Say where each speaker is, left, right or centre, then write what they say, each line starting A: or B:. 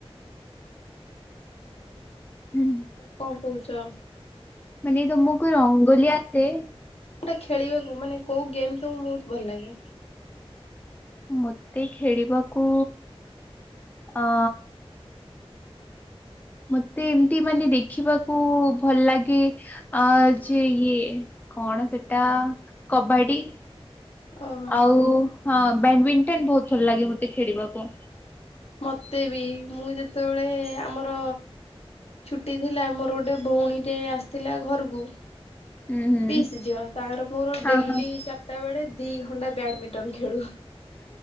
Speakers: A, on the left; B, on the left.
A: ହୁଁ।
B: କଣ କହୁଛ?
A: ମାନେ ତମକୁ ରଙ୍ଗୋଲି ଆସେ?
B: କୋଉଟା ଖେଳିବାକୁ ମାନେ କୋଉ ଗେମ୍ ତମକୁ ବୋହୁତ ଭଲ ଲାଗେ?
A: ମତେ ଖେଳିବାକୁ ଅ ମତେ ଏମତି ମାନେ ଦେଖିବାକୁ ଭଲ ଲାଗେ ଆ ଯେ ଇଏ କଣ ସେଟା କବାଡି।
B: ଓହୋ
A: ଆଉ ହଁ ବ୍ୟାଡମିଣ୍ଟନ୍ ବହୁତ ଭଲ ଲାଗେ ମତେ ଖେଳିବାକୁ।
B: ମତେ ବି ମୁଁ ଯେତେବେଳେ ଆମର ଛୁ ଟିଥିଲା ମୋର ଗୋଟେ ଭଉଣୀ ଟେ ଆସିଥିଲା ଘରକୁ।
A: ହୁଁ ହୁଁ।
B: ପିସ୍ ଝିଅ ତାର ମୋର
A: ହଁ
B: ଡେଲି
A: ହଁ
B: ଚାରିଟା ବେଳେ ଦି ଘଣ୍ଟା ବ୍ୟାଡମିଣ୍ଟନ ଖେଳୁ।